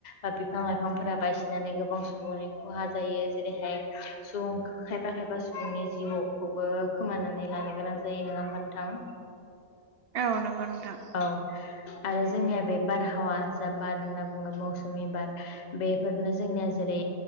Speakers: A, on the left; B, on the right.
A: बा बिफां लाइफांफोरा बायसिनानै गोबां सुबुंनि खहा जायो जेरैहाय सुबुं खायफा खायफा सुबुंनि जिउखौबो खोमानानै लानो गोनां जायो नोंङा होमबा नोंथां।
B: औ नोंगौ नोंथां।
A: औ आरो जोंनिया बे बारहावा जा बार होनना बुंङो मौसुमि बार बेफोरनो जोंनिया जेरै